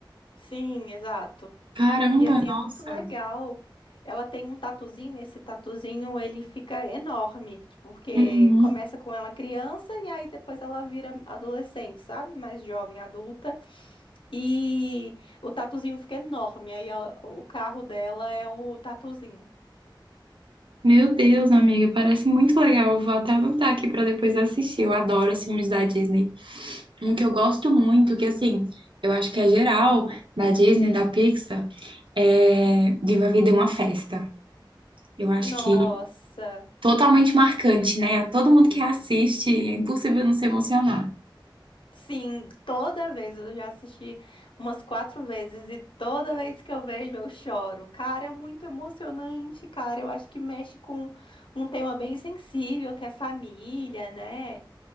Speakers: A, on the left; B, on the right.
A: Sim, exato.
B: Caramba,
A: E assim,
B: nossa.
A: é muito legal. Ela tem um tatuzinho, esse tatuzinho ele fica enorme, tipo, porque
B: Uhum.
A: começa com ela criança e aí depois ela vira adolescente, sabe? Mais jovem, adulta. E o tatuzinho fica enorme, aí ela- o carro dela é o tatuzinho.
B: Meu Deus, amiga, parece muito legal. Eu Vou até anotar aqui para depois assistir. Eu adoro esses filmes da Disney. Um que eu gosto muito, que assim, eu acho que é geral da Disney, da Pixar, é Viva a Vida é uma Festa. Eu acho
A: Nossa!
B: que totalmente marcante, né? A todo mundo que assiste, é impossível não se emocionar.
A: Sim, toda vez eu já assisti umas quatro vezes e toda vez que eu vejo eu choro. Cara, é muito emocionante, cara. Eu acho que mexe com um tema bem sensível, que é família, né?